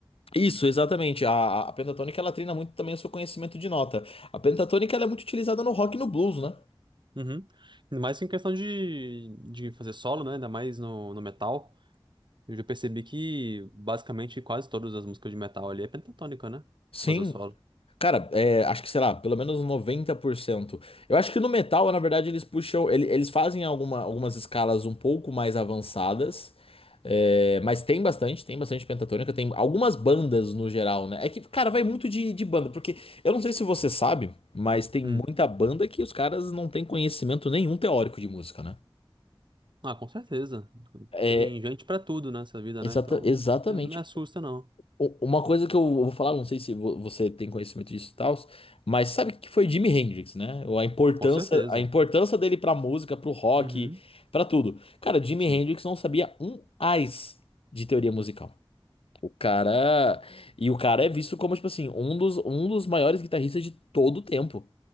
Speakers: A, on the left (about 85°); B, on the right (about 55°).
A: Isso, exatamente. A, a pentatônica ela treina muito também o seu conhecimento de nota. A pentatônica ela é muito utilizada no rock e no blues, né?
B: Uhum. Ainda mais em questão de, de fazer solo, né? Ainda mais no, no metal. Eu já percebi que basicamente quase todas as músicas de metal ali é pentatônica, né?
A: Sim,
B: Fazer o solo.
A: Cara, é, acho que, sei lá, pelo menos noventa por cento Eu acho que no metal, na verdade, eles puxam. ele- Eles fazem alguma- algumas escalas um pouco mais avançadas. é, mas tem bastante, tem bastante pentatônica, tem algumas bandas no geral, né? É que, cara, vai muito de, de banda, porque eu não sei se você sabe, mas tem
B: Hum.
A: muita banda que os caras não têm conhecimento nenhum teórico de música, né?
B: Ah, com certeza.
A: É,
B: Tem gente pra tudo nessa vida,
A: exata,
B: né? Então,
A: exatamente.
B: não me assusta, não.
A: u- uma coisa que eu vou falar, não sei se vo- você tem conhecimento disso e tal, mas sabe que foi Jimi Hendrix, né? Ou A importância,
B: Com certeza.
A: a importância dele pra música, pro rock,
B: Uhum.
A: pra tudo. Cara, Jimi
B: Sim.
A: Hendrix não sabia um ais de teoria musical. O cara, e o cara é visto como tipo assim, um dos um dos maiores guitarristas de todo o tempo.